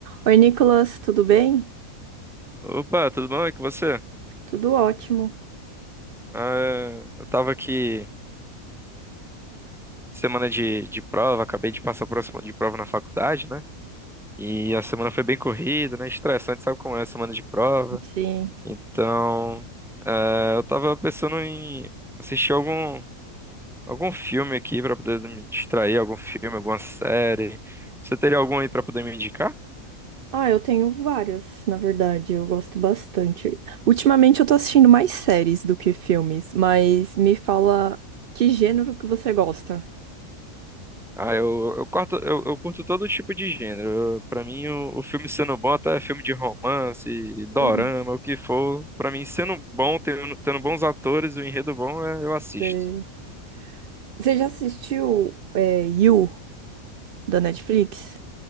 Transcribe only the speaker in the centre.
Opa, tudo bom? E com você?
Ah, é, eu tava aqui semana de, de prova, acabei de passar por uma semana de prova na faculdade, né? E a semana foi bem corrida, né? Estressante, sabe como é a semana de prova?
Então, ah, eu tava pensando em assistir algum, algum filme aqui pra poder me distrair, algum filme, alguma série. Você teria algum aí pra poder me indicar?
Ah, eu, eu, corto, eu, eu curto todo tipo de gênero. Eu- Pra mim, o, o filme sendo bom, até filme de romance, dorama,
o que for. Pra mim, sendo bom, tendo, tendo bons atores, o enredo bom, é- eu assisto.